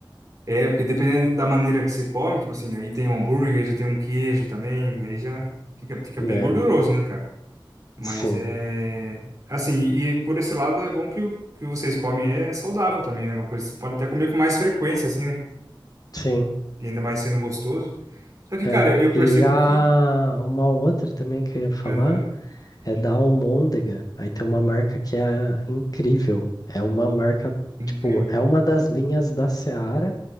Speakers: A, on the right (about 40°); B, on the left (about 45°).
A: É, porque dependendo da maneira que você come, tipo assim, aí tem um hambúrguer, já tem um queijo também, aí já fica, fica bem
B: É,
A: gorduroso, né, cara? Mas
B: sim,
A: é. Assim, e por esse lado é bom que o que vocês comem é saudável também, né? É Uma coisa que você pode até comer com mais frequência, assim, né?
B: sim,
A: E ainda mais sendo gostoso. Só que,
B: é.
A: cara, eu eu percebo
B: E a
A: que.
B: uma outra também que eu ia falar
A: Aham,
B: é da Almôndega. Aí tem uma marca que é incrível. É uma marca,
A: incrível.
B: tipo, é uma das linhas da Seara,